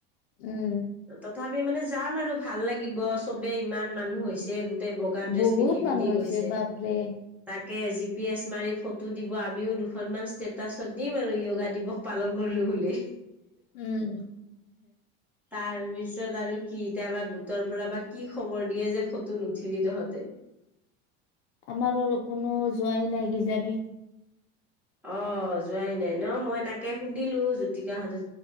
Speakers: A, on the left; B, in the centre.
A: উম
B: তথাপি মানে যাম আৰু ভাল লাগিব চবেই ইমান। মানুহ হৈছে গোট ততে বগা ড্ৰেছ
A: বহুত
B: পিন্ধি-পিন্ধি
A: মানুহ হৈছে
B: গৈছে
A: বাপৰে
B: তাক কে জি পি এছ মাৰি ফটো দিব। আমিও দুখনমান ষ্টেট তাৰ পিছত দিম আৰু য়োগা দিৱস পালন কৰিলো বুলি।
A: উম'।
B: তাৰ বিছ। আৰু কি এতিয়া বা গোটৰ পৰা বা কি খবৰ দিয়ে যে ফটো নুঠিলি তহঁতে
A: আমাৰো কোনো যোৱাই নাই কিজানি
B: অ যোৱাই নাই ন মই তাকে সুধিলো জুতিকাহঁতে